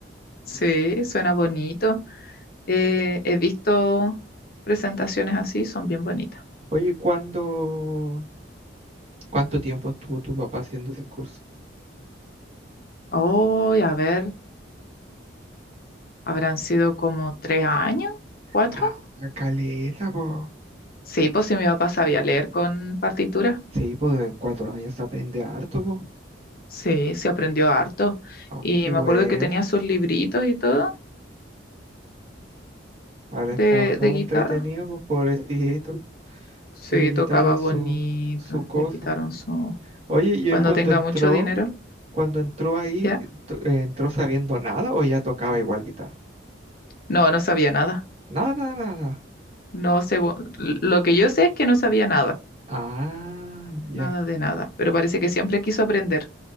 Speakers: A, on the left; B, on the right.
A: sí, suena bonito. Eh, he visto presentaciones así, son bien bonitas.
B: Oye, ¿cuándo, cuánto tiempo estuvo tu papá haciendo ese curso?
A: Oh, a ver, habrán sido como tres años, cuatro.
B: Ah, caleta, po.
A: Sí, pues sí, mi papá sabía leer con partitura.
B: Sí, pues en cuatro años se aprende harto, po.
A: Sí, se aprendió harto.
B: Ah,
A: Y
B: qué
A: me
B: buena.
A: acuerdo que tenía sus libritos y todo
B: Habrá
A: de,
B: estado todo
A: de guitarra.
B: entretenido, pues pobrecito,
A: Sí,
B: que le quitaron
A: tocaba bonito.
B: su, su cosa.
A: Le quitaron su...
B: Oye, ¿y
A: Cuando
B: él cuando
A: tenga
B: entró,
A: mucho dinero,
B: cuando entró ahí,
A: ¿ya?
B: to- eh, entró sabiendo nada o ya tocaba igual guitarra?
A: No, no sabía nada.
B: Nada, nada, nada.
A: No sé, lo que yo sé es que no sabía nada,
B: Ah, ya.
A: nada de nada, pero parece que siempre quiso aprender.